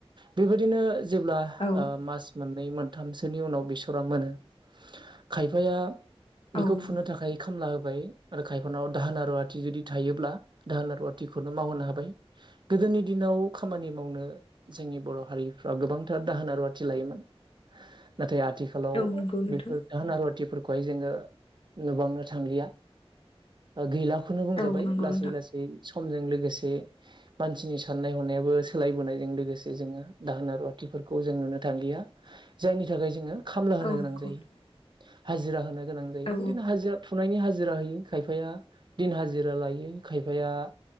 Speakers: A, on the right; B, on the left.
A: बेबायदिनो जेब्ला
B: औ
A: ओ मास मोन नै मोनथामसोनि उनाव बेसरा मोनो खायफाया बेखौ
B: औ नंगौ
A: फुनो थाखाय खामला हो बाय आरो खायफान दाहोन रुवाथि जुदि थायोब्ला दाहोन रुवाथिखौनो मावहोनो हाबाय गो गोदोनि दिनाव खामानि मावनो जोंनि बर' हारिफ्रा गोबांथार दाहोन रुवाथि लायोमोन। नाथाय आथिखालाव
B: औ नंगौ नोंथां
A: बेफोर जाहोन रुवाथिफोर खौहाय जोंङो नुबांनो थांलिया गैला खौनो बुंजाबाय
B: औ नंगौ
A: लासै
B: नोंथां
A: लासै समजों लोगोसे मानसिनि साननाय हनायाबो सोलायबोनायजों लोगोसे जोंङो दाहोन रुवाथि फोरखौ जों नुनो थांलिया जायनि थाखाय जोंङो खामला होनो
B: औ
A: गोनां
B: नंगौ
A: जायो
B: नोंथां
A: हाजिरा होनो गोनां जायो
B: औ
A: बिदिनो हाजिरा फुनायनि हाजि हाजिरा होयो खायफाया दिन हाजिरा लायो खायफाया